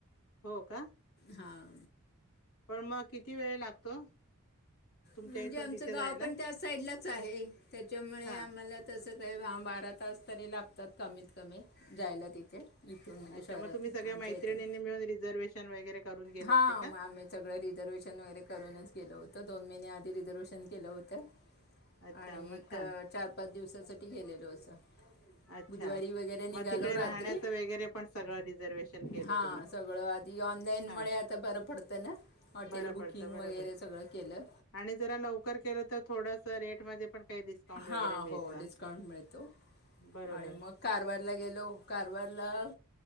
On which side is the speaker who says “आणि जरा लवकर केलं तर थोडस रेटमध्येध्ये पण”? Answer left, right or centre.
Left